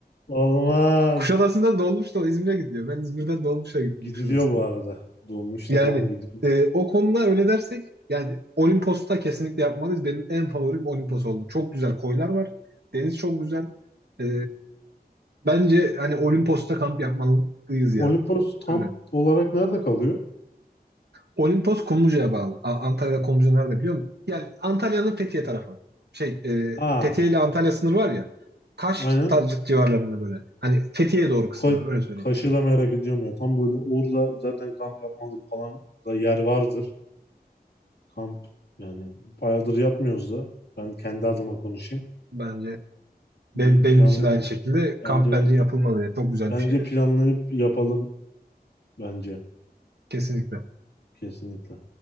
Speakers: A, on the left; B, on the right.
A: Olmaz.
B: Kuşadası'ndan dolmuşla İzmir'e gidiyor. Ben İzmir'den dolmuşla gittim
A: Gidiliyor
B: Kuşadası'na.
A: bu arada. Dolmuşta
B: Yani
A: falan gidiliyor.
B: e, o konuda öyle dersek yani Olimpos'ta kesinlikle yapmalıyız. Benim en favorim Olimpos oldu. Çok güzel koylar var. Deniz çok güzel. E, Bence hani Olimpos'ta kamp yapmalıyız ya.
A: Olimpos tam
B: Öyle.
A: olarak nerede kalıyor?
B: Olimpos Kumluca'ya bağlı. A- Antalya'da Kumluca nerede biliyor musun? Yani Antalya'nın Fethiye tarafı. Şey, e,
A: Aa,
B: Fethiye ile Antalya sınırı var ya. Kaş
A: aynen.
B: ta- civarlarında böyle. Hani Fethiye'ye doğru kısımlar
A: Ka
B: öyle söyleyeyim.
A: Kaş'ı da merak ediyorum ya. Tam böyle orada zaten kamp yapmalık falan da yer vardır. Kamp yani bayağıdır yapmıyoruz da. Ben kendi adıma konuşayım.
B: Bence benim,
A: Bir
B: benim
A: planlı
B: için de aynı şekilde
A: bence
B: kamp bence yapılmalı ya. Çok güzel
A: bence
B: bir şey yani.
A: planlayıp yapalım bence
B: Kesinlikle.
A: kesinlikle.